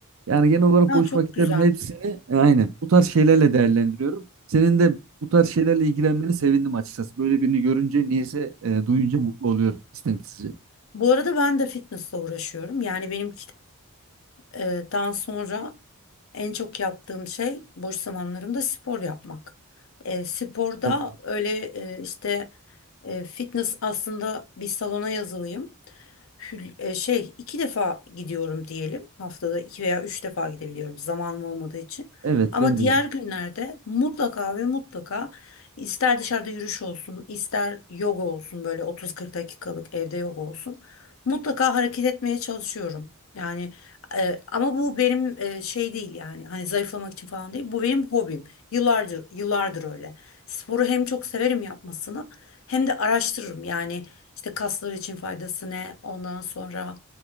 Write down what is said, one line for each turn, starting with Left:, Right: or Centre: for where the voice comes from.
Right: Yani genel olarak
Left: Ha,
Right: boş
Left: çok
Right: vakitlerin
Left: güzel.
Right: hepsini e, aynen bu tarz şeylerle değerlendiriyorum. Senin de bu tarz şeylerle ilgilenmeni sevindim açıkçası. Böyle birini görünce, niyeyse e, duyunca mutlu oluyorum istemsizce.
Left: Bu arada ben de fitnessle uğraşıyorum. Yani benim kitaptan sonra en çok yaptığım şey boş zamanlarımda spor yapmak. E, sporda
Right: Çok,
Left: öyle e, işte e, fitness aslında bir salona yazılıyım hül- e, şey iki defa gidiyorum diyelim. Haftada iki veya üç defa gidebiliyorum zamanım olmadığı için.
Right: evet
Left: Ama
Right: ben
Left: diğer
Right: de öyle.
Left: günlerde mutlaka ve mutlaka ister dışarıda yürüyüş olsun, ister yoga olsun böyle 30-40 dakikalık evde yoga olsun. Mutlaka hareket etmeye çalışıyorum. Yani e, ama bu benim e, şey değil yani hani zayıflamak için falan değil. Bu benim hobim. Yıllardır yıllardır öyle. Sporu hem çok severim yapmasını hem de araştırırım. Yani işte kaslar için faydası ne? Ondan sonra